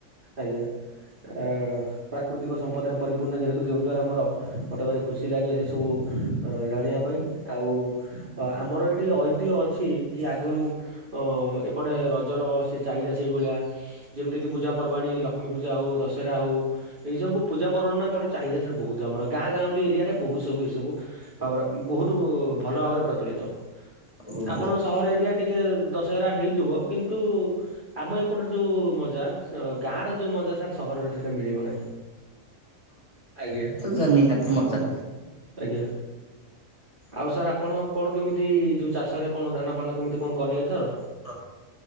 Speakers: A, on the right; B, on the left.
A: ଆଜ୍ଞା ଆ ପ୍ରାକୃତିକ ସମ୍ପଦରେ ପରିପୂର୍ଣ୍ଣ ଯେହେତୁ କେଉଁଝର ଆମର। ମୋତେ ଭାରି ଖୁସି ଲାଗେ ସେ ସବୁ ଜାଣିବା ପାଇଁ ଆଉ ଅ ଆମର ଏଇଠି ଐତିହ୍ୟ ଅଛି କି ଆଗରୁ ଅ ଏପଟେ ରଜର ସେ ଚାହିଦା ସେଇଭଳିଆ। ଯେମିତିକି ପୂଜା ପର୍ବାଣୀ ଲକ୍ଷ୍ମୀ ପୂଜା ହଉ ଦଶହରା ହଉ। ଏଇ ସବୁ ପୂଜା ପ୍ରାର୍ବଣ ନା ଏପଟେ ଚାହିଦ ସାର୍ ବହୁତ। ଆମର ଗାଁ ଗାଉଁଲି ଏରିଆ ରେ ବହୁତ ସବୁ ଏ ସବୁ ତାପରେ ବହୁତ ଭଲ ଭାବରେ ପ୍ରଚଳିତ
B: ଓହୋ
A: ଆପଣ ସହର ଏରିଆ ଟିକେ ଦଶହରା ହେଉଥିବ। କିନ୍ତୁ ଆମ ଏପଟେ ଯୋଉ ମଜା ସ ଗାଁ ରେ ଯୋଉ ମଜା ସାର୍ ସହରରେ ସେଇଟା ମିଳିବ ନାହିଁ। ଆଜ୍ଞା।
B: ସାର୍ ନିହାତି ମଜା।
A: ଆଜ୍ଞା। ଆଉ ସାରେ ଆପଣ କଣ କେମିତି ଯୋଉ ଚାଷରେ କଣ ଧାନପାନ କେମିତି କଣ କଲେ ଏଥର?
B: ହ